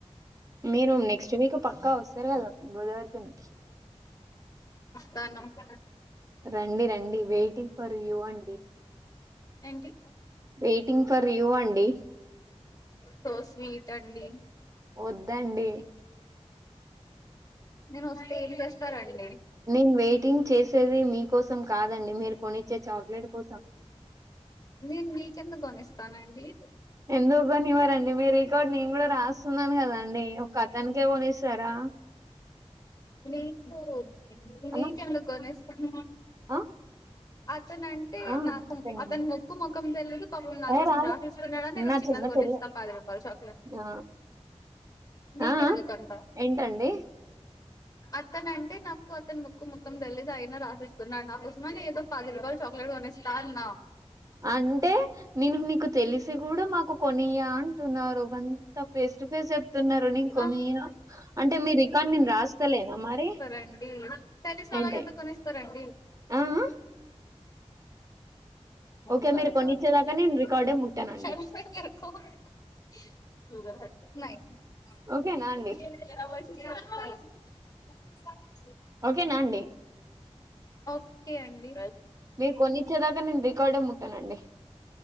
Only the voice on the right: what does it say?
మీరు నెక్స్ట్ వీక్ పక్కా వస్తారు కదా గోదావరిఖని
రండి రండి వెయిటింగ్ ఫర్ యూ అండి
వెయిటింగ్ ఫర్ యూ అండి
వద్దండి
నేను వెయిటింగ్ చేసేది మీకోసం కాదండి మీరు కొనిచ్చే చాక్లెట్ కోసం
ఎందుకు కొనివ్వరండి మీ రికార్డు నేను కూడా రాస్తున్నాను కదాండి ఒక అతనికే కోనీస్తారా ఆ
అన్న
ఆ?
ఆ!
అతనేనా?
ఏ
రాదు.
నా
చిన్న
చెల్లె.
ఆ!
ఆ? ఆ?
ఏంటండి?
అంటే నేను మీకు తెలిసి కూడా మాకు కొనియా అంటున్నారు అంత ఫేస్ టు ఫేస్ చెప్తున్నారు నేను కొనియా
అంటే మీ రికార్డ్ నేను రాస్తాలేనా మరి
ఏంటి?
ఆ? ఆ?
ఓకే. మీరు కొనిచ్చేదాకా నేను
రికార్డే ముట్టనండి.
ఓకేనా
అండి?
ఓకేనా అండి
మీరు కొనిచ్చేదాకా నేను రికార్డ్ ముట్టనండి